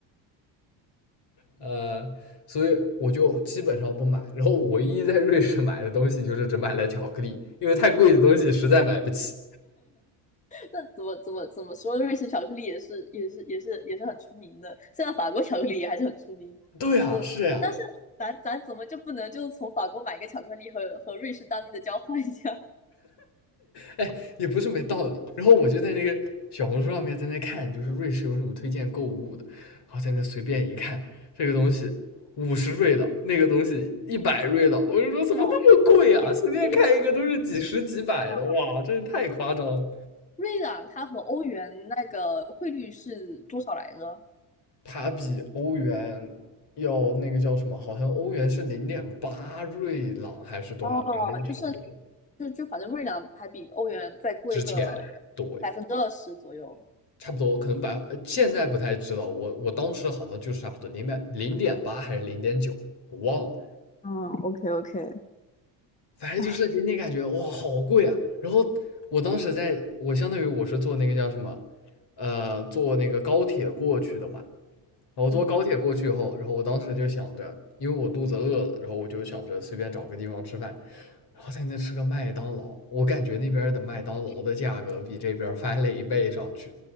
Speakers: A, on the left (about 55°); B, on the left (about 15°).
A: 呃，所以我就基本上不买。然后我唯一在瑞士买的东西就是只买了巧克力，因为太贵的东西实在买不起。
B: 那怎么怎么怎么说，瑞士巧克力也是也是也是也是很出名的，虽然法国巧克力也还是很出名。
A: 对啊，是呀、
B: 但是咱咱怎么就不能就从法国买个巧克力和和瑞士当地的交换一下？
A: 哎，也不是没道理。然后我就在那个小红书上面在那看，就是瑞士有什么推荐购物的，
B: <laughs>
A: 然后在那随便一看，
B: 嗯，
A: 这个东西五十瑞郎，那个东西一百瑞郎，我就说怎么那么贵啊？
B: 哦，哎哎，
A: 随便看一个都是几十几百的，
B: 嗯，
A: 哇，真是太夸张了。
B: 瑞朗它和欧元那个汇率是多少来着？
A: 它比欧元要那个叫什么？好像欧元是零点八瑞郎还是多少？
B: 哦，
A: 反正差不多
B: 就就反正瑞朗还比欧元再贵个
A: 值钱。对，
B: 百分之二十左右。
A: 差不多，可能百呃现在不太知道，我我当时好像就是差不多零百零点八还是零点九，我忘了，
B: 嗯，OK OK，
A: 反正就是给你感觉哇好贵啊。
B: 哎，
A: 然后我当时在我相当于我是坐那个叫什么，呃，坐那个高铁过去的嘛。我坐高铁过去以后，
B: 嗯，
A: 然后我当时就想着，因为我肚子饿了，然后我就想着随便找个地方吃饭。然后在那吃个麦当劳，我感觉那边的麦当劳的价格比这边翻了一倍上去。